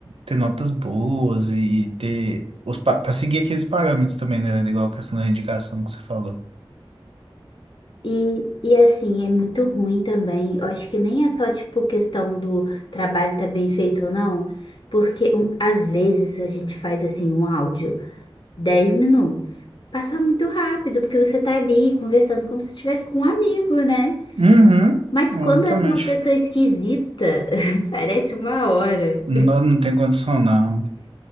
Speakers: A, on the right (about 85°); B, on the left (about 55°).
A: ter notas boas e ter os para seguir aqueles parâmetros também, né? Igual a questão da indicação que você falou.
B: E, e assim, é muito ruim também. Eu acho que nem é só, tipo, questão do trabalho tá bem feito ou não, porque um, às vezes a gente faz, assim, um áudio, 10 minutos. Passa muito rápido, porque você tá ali conversando como se estivesse com um amigo, né?
A: Uhum,
B: Mas
A: exatamente.
B: quando é com uma pessoa esquisita, <laughs> parece uma hora.
A: Não, não tem condição, não.